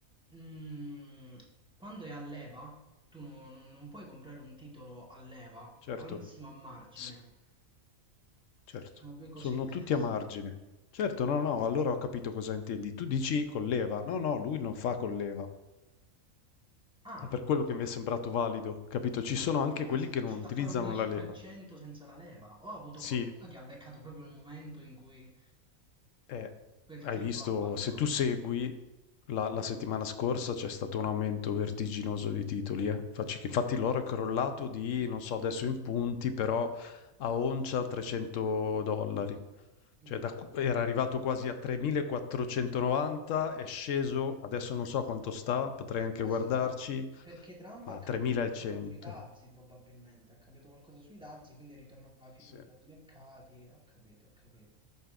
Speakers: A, in the centre; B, on the left.
A: mm, quando è a leva, tu non, non- non puoi comprare un titolo a leva,
B: certo,
A: al massimo a margine,
B: s- certo,
A: sono due cose
B: sono
A: diverse.
B: tutti a margine. Certo, no, no, allora ho capito cosa intendi. Tu dici colleva. No, no, lui non fa colleva.
A: Ah,
B: È per quello che mi è sembrato valido, capito? Ci sono anche
A: E caspita,
B: quelli che
A: è
B: non
A: riuscito
B: utilizzano
A: a fare un 10%
B: la leva.
A: senza la leva. Ho avuto
B: Sì,
A: fortuna che ha beccato proprio il momento in cui
B: Eh,
A: quel
B: hai
A: titolo
B: visto,
A: ha fatto.
B: se tu segui, la, la settimana scorsa c'è stato un aumento vertiginoso di titoli, eh. Facci che infatti l'oro è crollato di, non so adesso in punti, però a oncia 300 dollari.
A: Eh,
B: Cioè da qu- era arrivato quasi a 3.490, è sceso, adesso non so quanto sta, potrei anche
A: Ma
B: guardarci,
A: sì, ma perché Trump
B: ma
A: ha
B: a
A: cambiato
B: 3.100.
A: qualcosa sui dazi, probabilmente. Ha cambiato qualcosa sui dazi, quindi è ritornata la fiducia
B: Sì, un
A: ai mercati. Ho capito, ho capito.